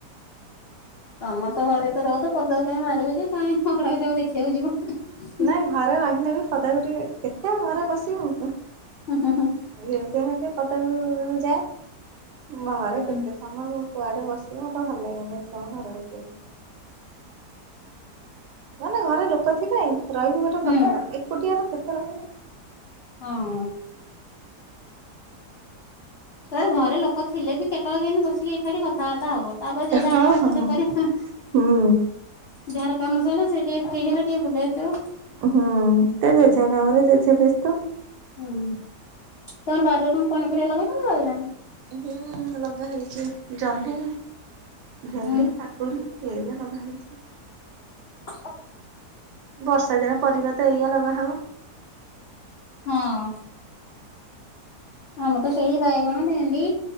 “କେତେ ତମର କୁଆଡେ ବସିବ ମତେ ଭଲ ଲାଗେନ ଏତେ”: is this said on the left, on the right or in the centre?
Right